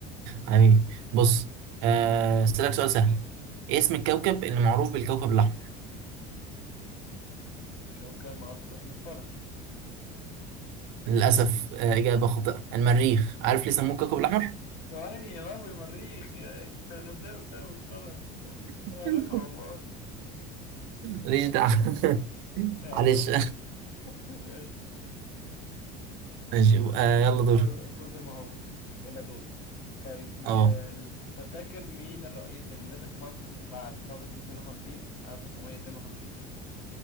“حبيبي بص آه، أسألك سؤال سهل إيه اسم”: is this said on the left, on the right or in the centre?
Right